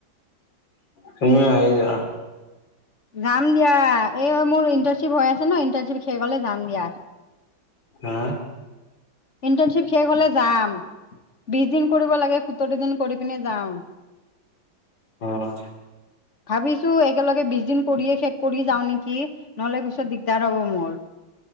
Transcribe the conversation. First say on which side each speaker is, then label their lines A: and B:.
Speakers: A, on the left (about 65°); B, on the left (about 40°).
A: তুমিওঁ আহি যোৱা।
B: যাম দিয়া এই মোৰ ইণ্টাৰ্নশ্বিপ হৈ আছে ন' ইণ্টাৰ্ণশ্বিপ শেষ হ'লে যাম দিয়া।
A: হা।
B: ইণ্টাৰণশ্বিপ শেষ হলে যাম। বিশ দিন কৰিব লাগে। সোতৰ দিন কৰি পিনে যাম।
A: অ',
B: ভাবিছো একেলগে বিশ দিন কৰিয়ে শেষ কৰি যাওঁ নেকি নহ'লে পিছত দিগদাৰ হব মোৰ।